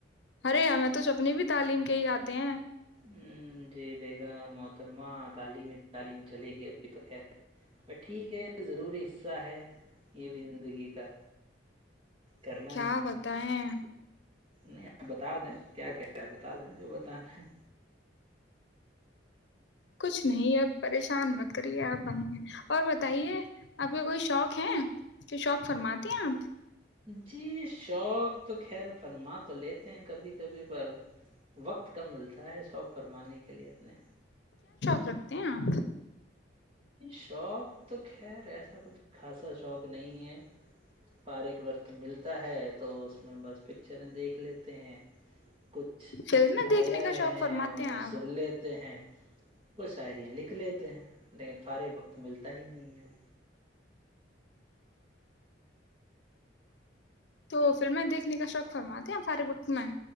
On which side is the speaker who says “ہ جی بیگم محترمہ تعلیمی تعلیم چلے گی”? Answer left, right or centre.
Right